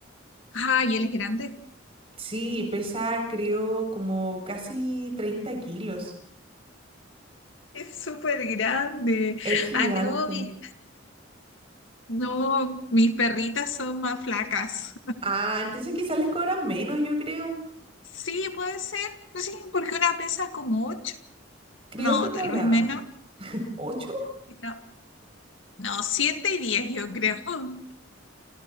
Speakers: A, on the left; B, on the right.
A: Ay, él es grande.
B: Sí, pesa creo como casi 30 kilos.
A: Es súper grande.
B: Es gigante.
A: Ah, no, mi- No, mis perritas son más flacas.
B: Ah, entonces quizás les cobran menos, yo creo.
A: Sí, puede ser. No sé, porque una pesa como ocho.
B: Creo
A: No,
B: que cobraban.
A: tal vez menos.
B: ¿Ocho?
A: No, no, siete y diez, yo creo. <laughs>